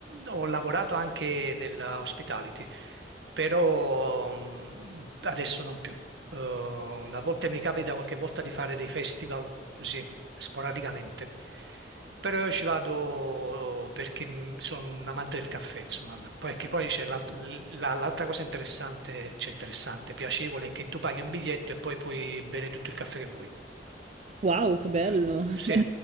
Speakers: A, on the right (about 85°); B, on the right (about 40°).
A: Ho lavorato anche nella hospitality, però mm, adesso non più. Eh, a volte mi capita qualche volta di fare dei festival così, sporadicamente. Però io ci vado perché mm, sono un amante del caffè, insomma. Perché poi c'è l'alt- la- l'altra cosa interessante, cioè interessante, piacevole, è che tu paghi un biglietto e poi puoi bere tutto il caffè che vuoi.
B: Wow, che bello!
A: Sì,
B: <laughs>
A: sì,